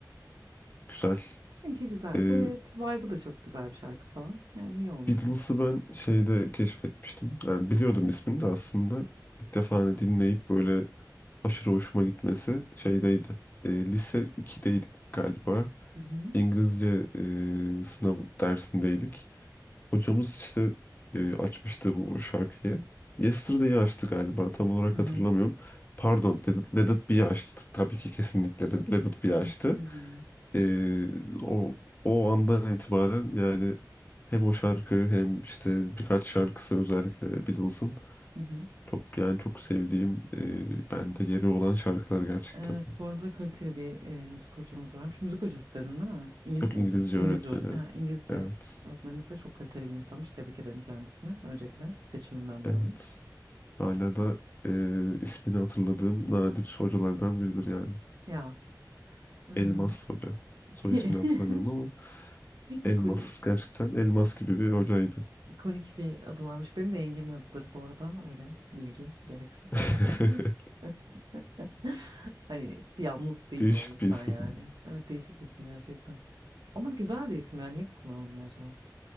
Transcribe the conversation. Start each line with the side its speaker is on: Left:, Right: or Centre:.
Left: güzel.
Right: Çünkü güzel.
Left: Ee,
Right: Böyle vibe'ı da çok güzel bir şarkı falan. Yani niye olmasın
Left: Beatles'ı
Right: ki?
Left: ben şeyde keşfetmiştim. Yani biliyordum ismini de aslında. İlk defa hani dinleyip böyle aşırı hoşuma gitmesi şeydeydi. E, lise 2'deydik galiba.
Right: Hı hı.
Left: İngilizce e, sınav dersindeydik. Hocamız işte e, açmıştı bu şarkıyı. Yesterday'i açtı galiba tam olarak
Right: Hı hı.
Left: hatırlamıyorum. Pardon Let It, Let It Be'yi açtı. Tabii ki kesinlikle Let Let It Be'yi açtı.
Right: Hı hı.
Left: Ee, o o andan itibaren yani hem o şarkı hem işte birkaç şarkısı özellikle Beatles'ın
Right: Hı hı.
Left: çok yani çok sevdiğim e, bende yeri olan şarkılar gerçekten.
Right: Evet, bu arada kaliteli bir e, müzik hocanız varmış. Müzik hocası dedin değil mi? İngilizce
Left: Yok İngilizce
Right: mi dedin? İngilizce,
Left: öğretmeni.
Right: hoca- ha, İngilizce
Left: Evet.
Right: öğretmeniniz de çok kaliteli bir insanmış. Tebrik ederim kendisine. Öncelikle seçiminden dolayı.
Left: Evet. Hala da e, ismini hatırladığım nadir hocalardan biridir yani.
Right: Ya. hmm,
Left: Elmas Hoca.
Right: <laughs>
Left: Soy ismini hatırlamıyorum ama
Right: İkonik,
Left: Elmas gerçekten Elmas gibi bir hocaydı.
Right: ikonik bir adı varmış. Benim de yengemin adıdır bu arada. Öyle bilgi gereksiz.
Left: <laughs>
Right: <laughs> Hani yalnız değil
Left: Değişik
Right: o insan
Left: bir isim.
Right: yani. Evet değişik bir isim gerçekten. Ama güzel de isim yani. Niye kullanılmıyor acaba?